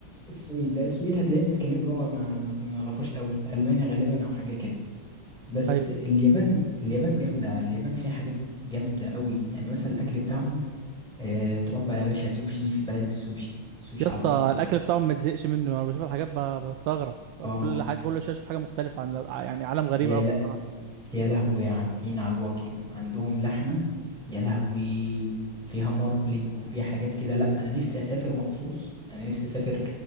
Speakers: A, in the centre; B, on the right.
A: السويد ده السويد هتلاقيهم بيتكلموا لغة ما ما ما نعرفهاش قوي ألمانيا غالبا أو حاجة كده بس
B: أيوه.
A: اليابان اليابان جامدة اليابان فيها حاجات جامدة قوي يعني مثلا الأكل بتاعهم آه تروح بقى يا باشا سوشي في بلد السوشي سوشي
B: يا اسطى
A: على أصله
B: الاكل بتاعهم ما تزهقش منه انا بشوف الحاجات ب- بستغرب
A: اه
B: كل حاجه كل شويه اشوف حاجه مختلفه عن يعني عالم غريب
A: يا
B: قوي
A: لا
B: بصراحه
A: يا لهوي يا عابدين على الواجيو عندهم لحمة يا لهوي فيها ماربلينج وفيها حاجات كده لا أنا نفسي أسافر مخصوص أنا نفسي أسافر